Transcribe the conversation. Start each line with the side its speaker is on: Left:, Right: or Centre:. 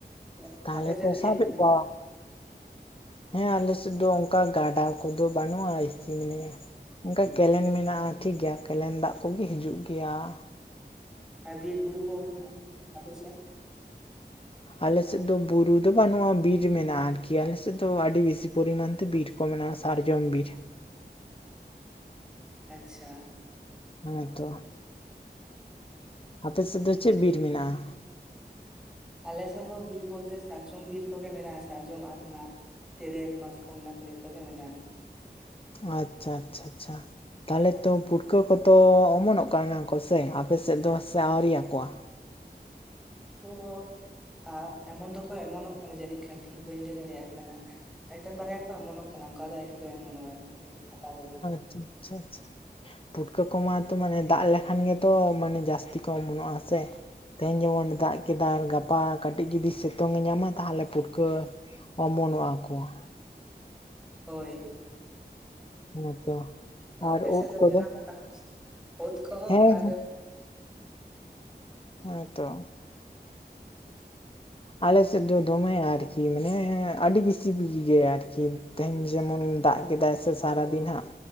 Centre: ᱫᱚᱜ
Left: ᱛᱟᱦᱚᱞᱮ
Centre: ᱟᱯᱮ ᱥᱮᱫ ᱫᱚ ᱪᱮᱫ
Left: ᱥᱟᱵᱮᱫ
Centre: ᱠᱚ ᱢᱮᱱᱟᱜᱼᱟ?
Left: ᱠᱚᱣᱟ ᱦᱮᱸ ᱟᱞᱮ ᱥᱮᱫ ᱫᱚ ᱚᱝᱠᱟ ᱜᱟᱰᱟ ᱠᱚᱫᱚ ᱵᱟᱹᱱᱩᱜᱼᱟ ᱮᱠᱤ ᱢᱟᱱᱮ ᱾ ᱩᱝᱠᱟ ᱠᱮᱱᱮᱞ ᱢᱮᱱᱟᱜᱼᱟ ᱴᱷᱤᱠ ᱜᱮᱭᱟ ᱠᱮᱱᱮᱞ ᱫᱟᱜ ᱠᱚᱜᱮ ᱦᱤᱡᱩᱜ ᱜᱮᱭᱟ ᱾
Centre: ᱟᱨ ᱵᱤᱨ ᱵᱩᱨᱩ ᱠᱚ ᱵᱟᱱᱩᱜᱼᱟ ᱟᱯᱮ ᱥᱮᱜ?
Left: ᱟᱞᱮᱥᱮᱫ ᱫᱚ ᱵᱩᱨᱩ ᱫᱚ ᱵᱟᱹᱱᱩᱜᱼᱟ ᱵᱤᱨ ᱢᱮᱱᱟᱜᱼᱟ ᱟᱨᱠᱤ ᱟᱞᱮᱥᱮᱫ ᱫᱚ ᱟᱹᱰᱤ ᱵᱮᱥᱤ ᱯᱚᱨᱤᱢᱟᱱ ᱛᱮ ᱵᱤᱨ ᱠᱚ ᱢᱮᱱᱟᱜᱼᱟ ᱥᱟᱨᱡᱚᱢ ᱵᱤᱨ ᱾
Centre: ᱟᱪᱪᱷᱟ ᱾
Left: ᱦᱮᱸ ᱛᱚ ᱟᱯᱮ ᱥᱮᱫ ᱫᱚ ᱪᱮᱫ ᱵᱤᱨ ᱢᱮᱱᱟᱜᱼᱟ?
Centre: ᱟᱞᱮᱥᱮᱫ ᱦᱚᱸ ᱵᱤᱨ ᱵᱚᱞᱛᱮ ᱥᱟᱨᱡᱚᱢ ᱵᱤᱨ ᱠᱚᱜᱮ ᱢᱮᱱᱟᱜ-ᱟ ᱥᱟᱨᱡᱚᱢ ᱟᱛᱱᱟᱜ ᱛᱮᱨᱮᱞ ᱢᱟᱛᱠᱚᱢ ᱚᱱᱟᱠᱚ ᱡᱚᱛᱚ ᱜᱮ ᱢᱮᱱᱟᱜ-ᱟ᱾
Left: ᱟᱪᱪᱷᱟᱼᱟᱪᱪᱷᱟᱼᱟᱪᱪᱷᱟ ᱛᱟᱦᱚᱞᱮ ᱛᱚ ᱯᱩᱴᱠᱟᱹ ᱠᱚᱛᱚ ᱚᱢᱚᱱᱚᱜ ᱠᱟᱱᱟ ᱠᱚ ᱥᱮ ᱟᱯ ᱥᱮᱫ ᱫᱚ ᱥᱮ ᱟᱣᱨᱤᱭᱟᱠᱚᱣᱟ?
Centre: ᱯᱩᱴᱠᱟᱹᱜᱚᱜ <unintelligible> ᱮᱢᱚᱱ ᱫᱚᱠᱚ ᱮᱢᱚᱱᱚᱜ ᱠᱟᱱᱟ ᱡᱟᱹᱱᱤᱡ ᱠᱷᱟᱱ ᱴᱷᱤᱠ ᱵᱟᱹᱧ ᱞᱟᱹᱭ ᱫᱟᱲᱮᱭᱟᱜ ᱠᱟᱱᱟ᱾ ᱢᱤᱫᱴᱮᱱ ᱵᱟᱨᱭᱟ ᱠᱚ ᱮᱢᱚᱱᱚᱜ ᱠᱟᱱᱟ ᱚᱱᱠᱟ ᱫᱚ ᱟᱭᱨᱤ ᱠᱚ ᱮᱢᱚᱱᱚᱜ-ᱟ ᱦᱟᱛᱟᱣ ᱫᱟ ᱠᱚ᱾
Left: ᱟᱪᱪᱷᱟᱼᱟᱪᱪᱷᱟ ᱯᱩᱴᱠᱟᱹ ᱠᱚᱢᱟᱛᱚ ᱢᱟᱱᱮ ᱫᱟᱜ ᱞᱮᱠᱷᱟᱱ ᱜᱮᱛᱚ ᱢᱟᱱᱮ ᱡᱟᱹᱥᱛᱤ ᱠᱚ ᱚᱢᱚᱱᱚᱜ-ᱟ ᱦᱮᱸᱥᱮᱼᱼ ᱛᱮᱦᱤᱧ ᱡᱮᱢᱚᱱ ᱫᱟᱜ ᱠᱮᱫᱟᱭ ᱜᱟᱯᱟ ᱠᱟᱹᱴᱤᱡ ᱡᱩᱫᱤ ᱥᱤᱛᱩᱝ ᱮ ᱧᱟᱢᱟ ᱛᱟᱦᱚᱞᱮ ᱯᱷᱩᱴᱠᱟᱹᱼᱼ ᱚᱢᱚᱱᱚᱜ-ᱟ ᱠᱚ ᱾
Centre: ᱦᱳᱭ
Left: ᱦᱮᱸᱛᱚ
Centre: ᱟᱯᱮ
Left: ᱟᱨ
Centre: ᱥᱮᱫ
Left: ᱩᱫ
Centre: ᱫᱚ
Left: ᱠᱚᱫᱚ
Centre: ᱡᱟᱱᱟᱢᱚᱜ ᱠᱟᱱᱟ ᱠᱚ ᱥᱮ ᱵᱟᱝ ᱵᱟᱹᱫᱽ ᱠᱚᱦᱚᱸ
Left: ᱦᱮᱸ
Centre: ᱚᱱᱠᱟ ᱜᱮ
Left: ᱦᱮᱸ ᱛᱚ ᱟᱞᱮᱥᱮᱫ ᱫᱚ ᱫᱚᱢᱮ ᱟᱨᱠᱤ ᱢᱟᱱᱮ ᱟᱹᱰᱤ ᱵᱤᱥᱤ ᱵᱤᱡᱽ ᱜᱮᱭᱟ ᱟᱨᱠᱤ ᱛᱮᱦᱮᱧ ᱡᱮᱢᱚᱱ ᱫᱟᱜ ᱠᱮᱫᱟᱭ ᱥᱮ ᱥᱟᱨᱟ ᱫᱤᱱ ᱦᱟᱸᱜ